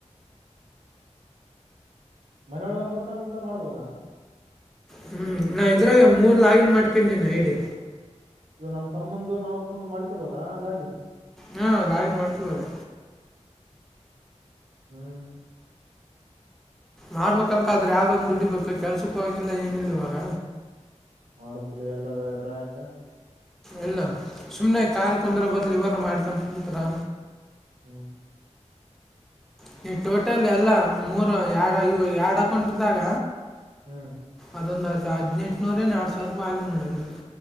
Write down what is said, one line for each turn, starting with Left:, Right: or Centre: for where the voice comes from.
Right: ಮನೆಯೋಳ್ ನಂಬರ್ ತಾಂಡ್ ಊಟ ಮಾಡ್ಬೋದಾ?
Centre: ಹ್ಮ್ ನಾ ಇದ್ರಾಗ ಮೂರ್ ಲಾಗಿನ್ ಮಾಡ್ಕಂಡೀನಿ ಐಡಿ
Right: ಇವ ನಮ್ಮ್ ತಮ್ಮಂದು ನಾಮ್ ಅಪ್ಪಂದು ಮಾಡ್ಕ್ಯಬೋದ ಇಲ್ಲ <unintelligible>
Centre: ಹಾ ಲಾಗಿನ್ ಮಾಡ್ಕ್ಯಬೋದು.
Right: ಹ್ಮ್
Centre: ಮಾಡ್ಬೇಕಲ್ಕ ಆದ್ರೆ ಯಾವ್ದೊಂದು ದುಡಿಬೇಕು ಕೆಲ್ಸಕ್ಕೂ ಹವಾಗಿಲ್ಲ ಏನಿಲ್ಲ ಇವಾಗ.
Right: ಮಾಡ್ಬೇಕಕ್ ಎಲ್ಲ ಎದುರ ಐತೆ.
Centre: ಇಲ್ಲ ಸುಮ್ನೆ ಕಾಡ್ ಕುಂದ್ರ ಬದ್ಲು ಇವಾರ ಮಾಡ್ಕೊಂಡ ಕುಂತರ
Right: ಹ್ಮ
Centre: ನೀ ಟೋಟಲ್ ಎಲ್ಲ ಮೂರು ಎರಡ ಇವು ಎರಡಕಂಟಿದಾಗ.
Right: ಹ್ಮ್
Centre: ಅದೊಂದು ಅದ್ನೇನ್ಟ್ನೂರ ನ ಆಡ್ ಸಾವಿರ ರೂಪಾಯ ಆಗಿ ನೋಡೋದು.